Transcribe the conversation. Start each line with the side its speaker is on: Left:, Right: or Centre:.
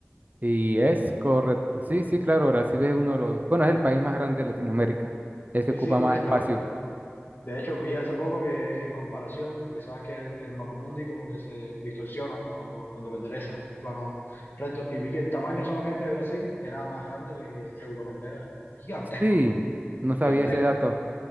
Right: Y es correcto. Sí, sí, claro, Brasil es uno de los, bueno, es el país más grande de Latinoamérica, el que
Left: Sí,
Right: ocupa
Left: sí, de
Right: más
Left: hecho,
Right: espacio.
Left: de hecho, vi hace poco que en comparación, porque sabes que el, el mapamundi como que se distorsiona cuando, cuando lo enderezas en un plano recto, y vi que el tamaño solamente de Brasil era más grande que Europa entera, eh, gigantesco,
Right: Sí, no sabía
Left: gigantesco.
Right: ese dato.